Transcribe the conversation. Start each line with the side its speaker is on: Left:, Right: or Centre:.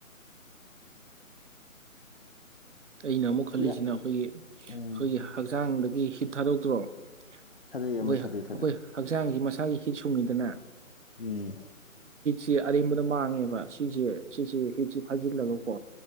Right: ꯑꯩꯅ ꯑꯃꯨꯛ ꯈꯜꯂꯤꯁꯤꯅ
Left: ꯌꯥ
Right: ꯑꯩꯈꯣꯏꯒꯤ ꯑꯩꯈꯣꯏꯒꯤ
Left: ꯎꯝ
Right: ꯍꯛꯆꯥꯡꯗ ꯒꯤ ꯍꯤꯠ ꯊꯥꯗꯣꯛꯇ꯭ꯔꯣ ꯑꯩꯈꯣꯏ
Left: ꯊꯥꯗꯩ ꯑꯃ ꯊꯥꯗꯩ ꯊꯥꯗꯩ
Right: ꯑꯩꯈꯣꯏ ꯍꯛꯆꯥꯡꯒꯤ ꯃꯁ ꯏꯁꯥꯒꯤ ꯍꯤꯠ ꯁꯨꯡꯉꯤꯗꯅ
Left: ꯎꯝ
Right: ꯁꯤ ꯑꯔꯦꯝꯕꯗ ꯃꯥꯡꯉꯦꯕ ꯁꯤꯁꯦ ꯁꯤꯁꯦ ꯍꯤꯠꯁꯤ ꯐꯩꯖꯤꯜꯂꯒꯀꯣ